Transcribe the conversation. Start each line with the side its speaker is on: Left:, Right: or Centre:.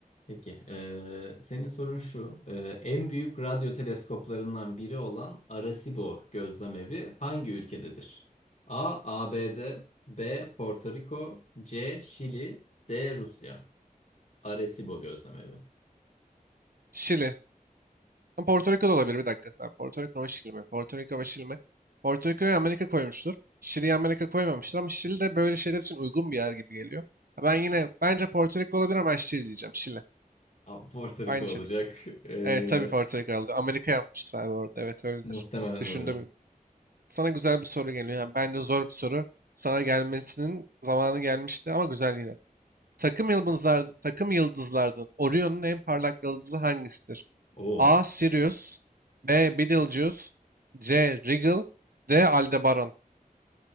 Left: Peki, eee, senin sorun şu. Eee, en büyük radyo teleskoplarından biri olan Arecibo gözlemevi hangi ülkededir? A. ABD B. Porto Rico C. Şili D. Rusya Arecibo gözlemevi.
Right: Şili. Ama Porto Rico da olabilir bir dakika sen. Porto Rico ama Şili mi? Porto Rico ama Şili mi? Porto Rico'yu Amerika koymuştur. Şili'yi Amerika koymamıştır ama Şili de böyle şeyler için uygun bir yer gibi geliyor. Ha, Ben yine bence Porto Rico olabilir ama ben Şili diyeceğim. Şili.
Left: Abi Porto Rico
Right: Aynı içerik.
Left: olacak. Ee,
Right: Evet tabii Porto Rico aldı. Amerika yapmıştır abi orada. Evet öyledir.
Left: muhtemelen
Right: Düşündüm.
Left: öyle.
Right: Sana güzel bir soru geliyor. Yani bence zor bir soru. Sana gelmesinin zamanı gelmişti ama güzel yine. Takım yıldızlar, takım yıldızlardan Orion'un en parlak yıldızı hangisidir?
Left: Oo.
Right: A. Sirius B. Betelgeuse C. Rigel D. Aldebaran